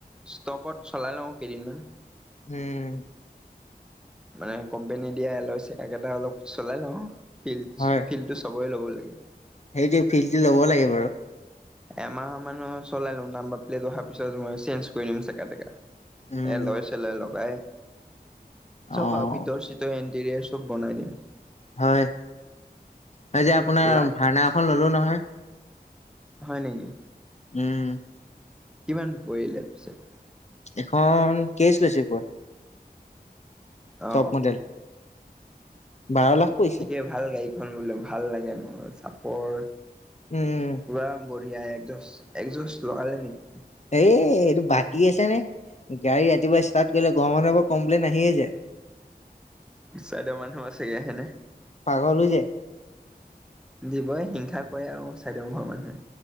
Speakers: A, in the centre; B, on the left.
A: ষ্টকত চলাই লওঁ কেইদিনমান।
B: উম।
A: মানে কোম্পনী দিয়া এল'য় চ কেইটা অলপ চলাই লওঁ ফিল
B: হয়
A: ফিলটো চবৰে ল'ব লাগে।
B: সেইটোৱে ফিল চিল ল'ব লাগে বাৰু।
A: এমাহ মানৰ চলাই লম নামবাৰ প্লেট অহাৰ পিছত মই চেঞ্জ কৰি দিম, <unintelligible>
B: উম,
A: এল'য় চেল'য় লগাই চব
B: অ',
A: আৰু ভিতৰ চিত এণ্টেৰিয়াৰ চব বনাই দিম।
B: হয়, হয় যে আপোনাৰ
A: লাই
B: ভাৰনা এখন ল'লো নহয়।
A: হয় নেকি?
B: উম।
A: কিমান পৰিলে পিছত?
B: এখন কেইছ লৈছে পৰা।
A: অ
B: টপ মডেল। বাৰ লাখ পৰিছে
A: ঠিকে ভাল গাড়ীখন বোলো ভাল লাগে মোৰ চাপৰ
B: উম,
A: পুৰা বঢ়িয়া একজো একজোজ লগালে নেকি?
B: এই এইটো বাকী আছে নে গাড়ী ৰাতিপুৱা ষ্টাৰ্ট কৰিলে ঘৰৰ মানুহৰ পৰা কমপ্লেইন আহিয়েই যায়।
A: চাইদৰ মানুহ আছেগে হয়নে।
B: পাগল হৈ যায়।
A: দিবই হিংসা কৰে আৰু চাইদৰ ঘৰৰ মানুহে।